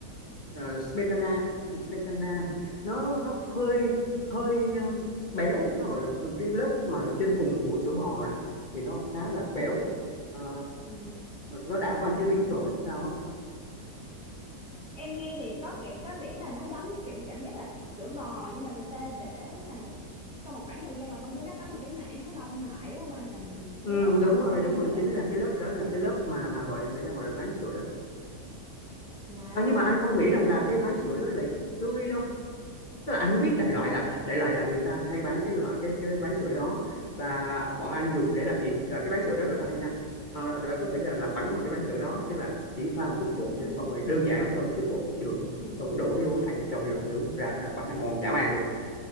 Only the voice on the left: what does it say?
ờ, smetana smetana nó nó
hơi hơi um, béo nó gọi là cái lớp mà trên cùng của sữa bò đó thì nó khá là béo
Ờ,
nó đã qua chế biến rồi sao á
Ừ,
đúng rồi
đúng
rồi
chính là cái lớp
đó là cái lớp mà mà gọi người ta gọi là ván sữa đó
à, nhưng mà anh không nghĩ
rằng là cái ván sữa đó là tươi đâu tức là anh không biết đại loại
là đại loại là người ta hay bán cái loại cái cái ván sữa đó và bọn anh dùng để làm gì là cái ván sữa đó rất là hay nha à, tụi anh có thể là làm bánh bằng cái ván sữa đó tức là chỉ pha một chút bột
vô, xong rồi đơn giản lắm cho một chút bột chút đường thôi
xong rồi đổ vô khay cho vô lò nướng ra ra bánh là ngon dã man luôn